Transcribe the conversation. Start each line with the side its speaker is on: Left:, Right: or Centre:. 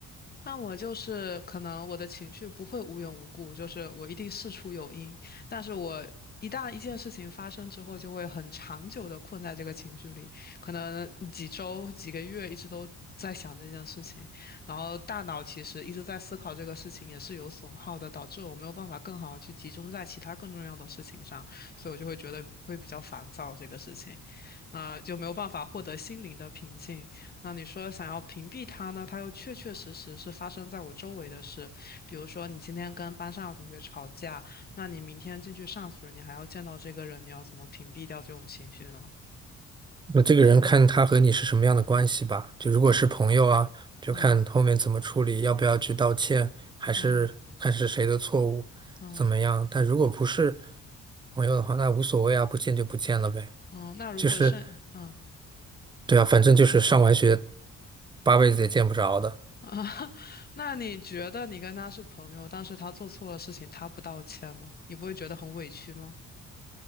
Left: 那我就是可能我的情绪不会无缘无故，就是我一定事出有因，但是我一旦一件事情发生之后，就会很长久的困在这个情绪里，可能几周、几个月一直都在想这件事情，然后大脑其实一直在思考这个事情也是有损耗的，导致我没有办法更好的去集中在其他更重要的事情上，所以我就会觉得会比较烦躁这个事情，啊、就没有办法获得心灵的平静。那你说想要屏蔽他呢，他又确确实实是发生在我周围的事。比如说，你今天跟班上的同学吵架，那你明天进去上学，你还要见到这个人，你要怎么屏蔽掉这种情绪呢？
Right: 那这个人看他和你是什么样的关系吧。就如果是朋友啊，就看后面怎么处理，
Left: 嗯
Right: 要不要去道歉，还是看是谁的错误，
Left: 嗯嗯
Right: 怎么样。但如果不是朋友的话，那无所谓啊，不见就不见了呗。
Left: 嗯，那如果是嗯
Right: 就是对啊，反正就是上完学八辈子也见不着的。
Left: 啊，<laughs> 那你觉得你跟他是朋友，但是他做错了事情，他不道歉呢，你不会觉得很委屈吗？